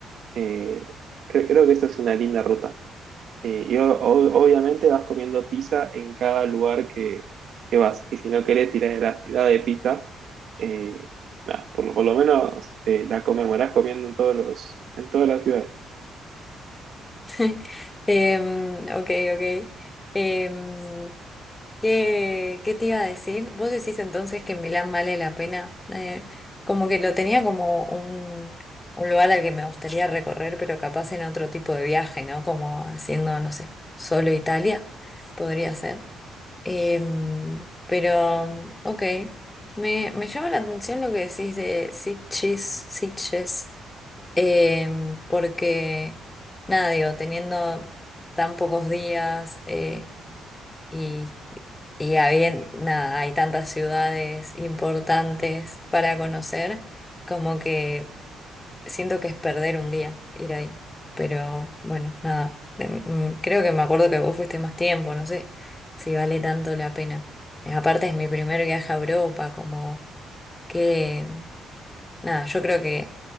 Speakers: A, on the right; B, on the left.
A: Eh, cre- creo que esa es una linda ruta. Eh, y o- o- obviamente vas comiendo pizza en cada lugar que, que vas. Y si no querés tirar de la ciudad de pizza, eh, nada, por, lo por lo menos eh, la conmemorás comiendo en todos los, en todas las ciudades.
B: <laughs> Em, ok, ok. Em, ¿Qué, qué te iba a decir? ¿Vos decís entonces que Milán vale la pena? Eh, como que lo tenía como un, un lugar al que me gustaría recorrer, pero capaz en otro tipo de viaje, ¿no? Como haciendo, no sé, solo Italia, podría ser. Em, pero, ok, me, me llama la atención lo que decís de Sitges, Sitges. em, porque, nada, digo, teniendo tan pocos días, eh, y, y había- nada, hay tantas ciudades importantes para conocer, como que siento que es perder un día ir ahí. Pero bueno, nada, em, mm, creo que me acuerdo que vos fuiste más tiempo, no sé si vale tanto la pena. Eh, Aparte es mi primer viaje a Europa, como que, nada, yo creo que